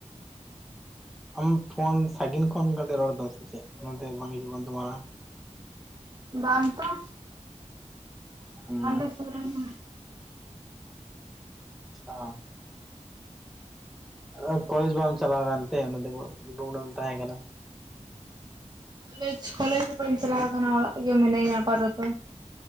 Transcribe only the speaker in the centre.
ᱟᱢ ᱯᱷᱳᱱ ᱥᱟᱹᱜᱤᱧ ᱠᱷᱚᱱ ᱠᱟᱴᱤᱡ ᱨᱚᱲ ᱫᱟᱢ ᱥᱮ ᱪᱮᱫ? ᱚᱱᱟᱛᱮ ᱵᱟᱝ ᱦᱤᱡᱩᱜ ᱠᱟᱱ ᱛᱟᱢᱟ
ᱦᱩᱸ
ᱪᱷᱟ ᱟᱫᱚ ᱠᱚᱞᱮᱡᱽ ᱵᱟᱢ ᱪᱟᱞᱟᱣ ᱠᱟᱱᱛᱮ ᱚᱱᱟᱛᱮ ᱠᱩ ᱯᱨᱚᱜᱨᱟᱢ ᱛᱟᱦᱮᱸ ᱠᱟᱱᱟ